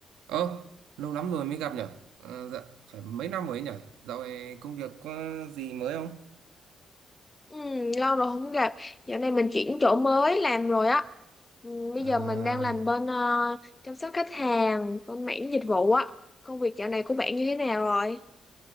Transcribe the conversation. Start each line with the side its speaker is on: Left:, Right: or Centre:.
Right: Ơ, lâu lắm rồi mới gặp nhở? Ờ, dạ, phải mấy năm rồi ấy nhở? Dạo này công việc có gì mới không?
Left: Ừ, lâu rồi không gặp. Dạo này mình chuyển chỗ mới làm rồi á. Ừ, bây
Right: À,
Left: giờ mình đang làm bên ờ, chăm sóc khách hàng, bên mảng dịch vụ á. Công việc dạo này của bạn như thế nào rồi?